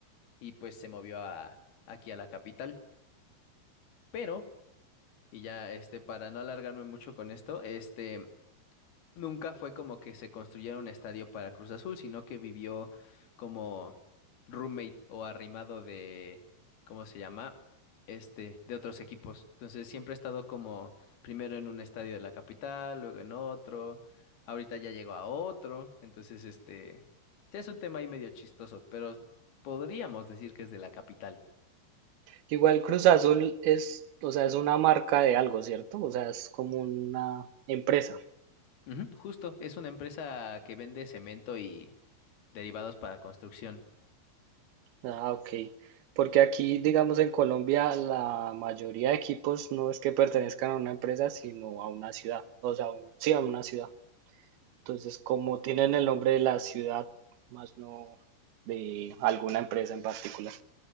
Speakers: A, on the left; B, on the right.
A: y pues se movió a, aquí a la capital. Pero, y ya este, para no alargarme mucho con esto, este, Nunca fue como que se construyera un estadio para Cruz Azul, sino que vivió como roommate o arrimado de, ¿cómo se llama? Este, de otros equipos. Entonces siempre ha estado como primero en un estadio de la capital, luego en otro, ahorita ya llegó a otro, entonces este, sí es un tema ahí medio chistoso, pero podríamos decir que es de la capital.
B: Igual Cruz Azul es, o sea, es una marca de algo, ¿cierto? O sea, es como una empresa.
A: Ujú, justo, es una empresa que vende cemento y derivados para construcción.
B: Ah, ok. Porque aquí, digamos, en Colombia, la mayoría de equipos no es que pertenezcan a una empresa, sino a una ciudad. O sea, un- sí, a una ciudad. Entonces, como tienen el nombre de la ciudad, más no de alguna empresa en particular,